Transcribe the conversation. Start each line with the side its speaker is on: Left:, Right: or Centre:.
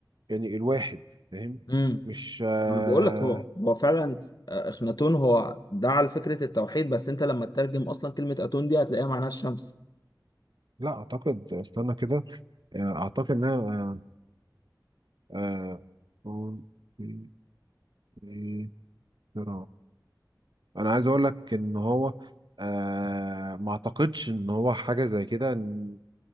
Right: يعني الواحد فاهم
Left: امم
Right: مش آه
Left: انا بقول لك هو هو فعلا آه، اخناتون هو دعا لفكره التوحيد بس انت لما تترجم اصلا كلمه اتون دي هتلاقيها معناها الشمس
Right: لا اعتقد استنى كده آه، اعتقد ان انا آه، آه، في- في- في- انا عايز اقول لك ان هو آه ما اعتقدش ان هو حاجه زي كده إن-